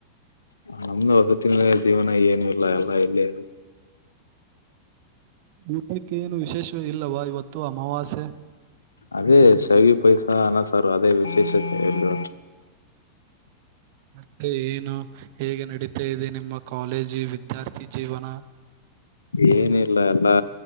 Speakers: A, on the left (about 75°); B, on the right (about 50°).
A: ನಮ್ದು ವಸತಿ ನಿಲಯದ ಜೀವನ ಏನು ಇಲ್ಲ ಎಲ್ಲಾ ಇಲ್ಲೇ
B: ಊಟಕ್ಕೆ ಏನು ವಿಶೇಷ ಇಲ್ಲವಾ ಇವತ್ತು ಅಮಾವಾಸ್ಯೆ.
A: ಅದೇ ಶೌಿ ಪೈಸ ಅನಸಾರು ಅದೇ ವಿಶೇಷತೆ ಹೇಳ.
B: ಮತ್ತೆ ಏನು ಹೇಗೆ ನಡೀತಾ ಇದೆ ನಿಮ್ಮ ಕಾಲೇಜಿ ವಿದ್ಯಾರ್ಥಿ ಜೀವನ.
A: ಏನಿಲ್ಲ ಎಲ್ಲಾ